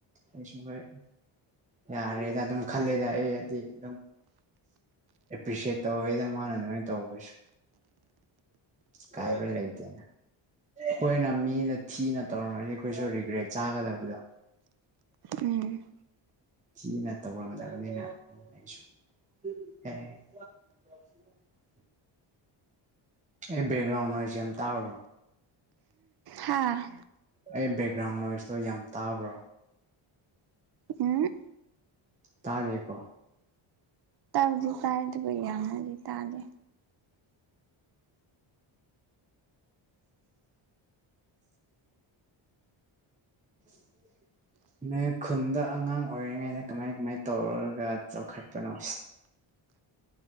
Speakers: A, on the right; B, on the right.
A: ꯑꯩꯁꯨ ꯍꯦꯛ ꯌꯥꯔꯦꯗ ꯑꯗꯨꯝ ꯈꯜꯂꯦꯗ ꯑꯩ ꯍꯥꯏꯗꯤ ꯑꯗꯨꯝ ꯑꯦꯄ꯭ꯔꯤꯁꯤꯌꯦꯠ ꯇꯧꯋꯦꯗ ꯃꯥꯅ ꯑꯗꯨꯃꯥꯢ ꯇꯧꯕꯁꯦ ꯀꯥꯏꯕ ꯂꯩꯇꯦ ꯈꯣꯏꯅ ꯃꯤꯗ ꯊꯤꯅ ꯇꯧꯔꯝꯃꯗꯤ ꯈꯣꯏꯁꯨ ꯔꯤꯒ꯭ꯔꯦꯠ ꯆꯥꯒꯗꯕꯗꯣ
B: ꯎꯝ
A: ꯊꯤꯅ ꯇꯧꯔꯝꯗꯕꯅꯤꯅ ꯑꯩꯁꯨ ꯑꯦ <inaudible> ꯑꯩ ꯕꯦꯛꯒ꯭ꯔꯥꯎꯟ ꯅꯣꯁꯁꯦ ꯌꯥꯝ ꯇꯥꯕ꯭ꯔꯣ
B: ꯍꯥꯥ
A: ꯑꯩ ꯕꯦꯛꯒ꯭ꯔꯥꯎꯟ ꯅꯣꯏꯁꯇꯣ ꯌꯥꯝ ꯇꯥꯕ꯭ꯔꯣ
B: ꯎꯝ
A: ꯇꯥꯗꯦꯀꯣ
B: ꯇꯕꯨꯗꯤ ꯇꯥꯢ ꯑꯗꯨꯒ ꯌꯥꯝꯅꯗꯤ ꯇꯥꯗꯦ
A: <inaudible> ꯅꯣꯏ ꯈꯨꯟꯗ ꯑꯉꯥꯡ ꯑꯣꯏꯔꯤꯉꯩꯗ ꯀꯃꯥꯏ ꯀꯃꯥꯏ ꯇꯧꯔꯒ ꯆꯥꯎꯈꯠꯄꯅꯣ